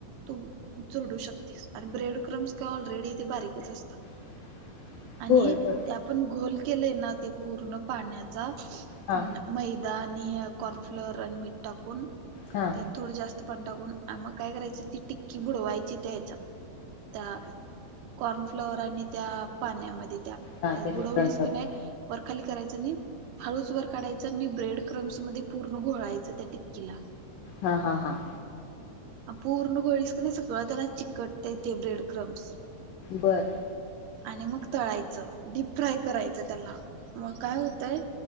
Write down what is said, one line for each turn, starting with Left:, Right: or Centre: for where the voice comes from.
Right: तू चुडू शकतेस, आणि ब्रेड क्रम्स काय ऑलरेडी ते बारीकच असतात.
Left: <inaudible>
Right: आणि
Left: होय
Right: ते, आपण घोल केलंय ना ते, पूर्ण पाण्याचा अ
Left: हा
Right: मैदा, आणि कॉर्नफ्लवर, आणि मीठ टाकून,
Left: हा,
Right: त्यात थोडं जास्त पाण टाकून, आ मग काय करायचं ती टिक्की बुडवायची हच्यात, त्या, कॉर्नफ्लॉवर आणि त्या पाण्यामध्ये, त्या
Left: हा
Right: त्या
Left: मिश्रणमध्ये
Right: बुडवलीस कनाय, वरखाली करायचं आणि हळूच वर काढायचं, आणि ब्रेड क्रम्स मध्ये पूर्ण घोळायचं, त्या टिक्कीला.
Left: हा, हा, हा,
Right: पूर्ण घोळीस का नाही, सगळं त्याला चिकटतय, ते ब्रेड क्रम्स,
Left: बरं,
Right: आणि मग, तळायचं डीप फ्राय करायचंत्याला, मग काय होतंय,